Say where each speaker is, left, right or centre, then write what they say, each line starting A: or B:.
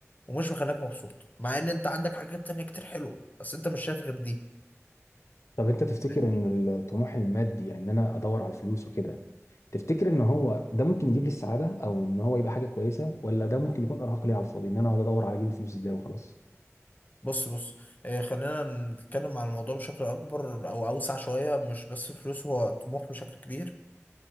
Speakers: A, on the left; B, on the left.
A: ومش مخليك مبسوط مع ان انت عندك حاجات تانية كتير حلوة بس انت مش شايف غير دي
B: طب انت تفتكر
A: فاهمني؟
B: ان الطموح المادي ان انا ادور على الفلوس وكده تفتكر ان هو ده ممكن يجيب لي السعاده او ان هو يبقى حاجه كويسه ولا ده ممكن يكون ارهاق ليا على الفاضي ان انا اقعد ادور على اجيب الفلوس ازاي وخلاص
A: بص بص اه خلينا نتكلم عن الموضوع بشكل اكبر او اوسع شوية مش بس فلوس هو طموح بشكل كبير